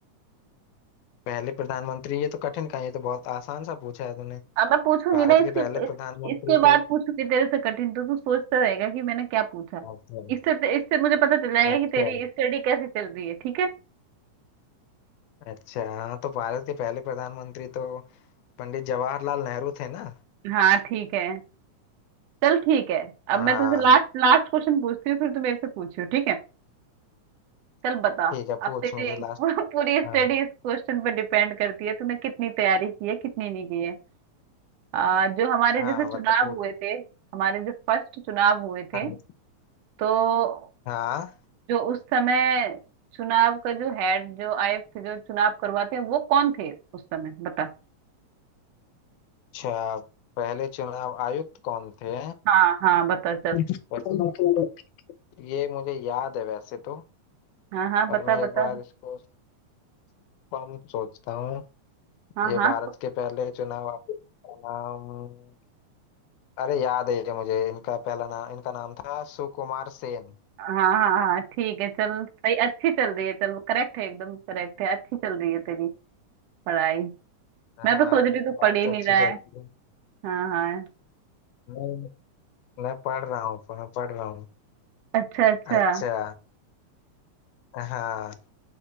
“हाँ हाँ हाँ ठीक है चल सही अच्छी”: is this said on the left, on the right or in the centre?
Right